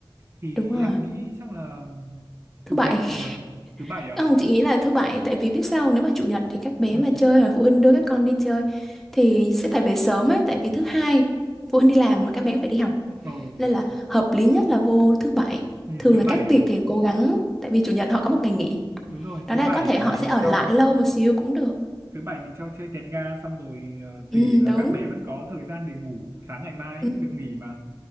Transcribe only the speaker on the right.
thì
em nghĩ chắc là
chủ
nhật chị
nhờ thứ bảy à
ừ
ờ
ừ,
thứ
bảy
đúng rồi
thứ
bảy
mình
cho
thứ bảy mình cho chơi tẹt ga xong rồi ờ,
về là
các bé vẫn có thời gian để ngủ sáng ngày mai
ấy, được nghỉ mà